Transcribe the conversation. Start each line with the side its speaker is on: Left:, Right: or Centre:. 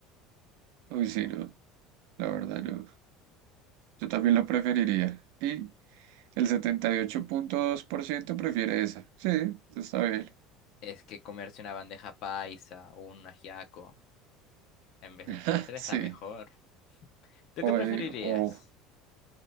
Right: Uy, sí, no, la verdad no. Yo también lo preferiría. Y el setenta y ocho punto dos por ciento prefiere esa. Sí, está bien.
Left: Es que comerse una bandeja paisa o un ajiaco en vez de un postre
Right: <laughs> Sí.
Left: está mejor. ¿Tú qué
Right: O,
Left: preferirías?
Right: eh, o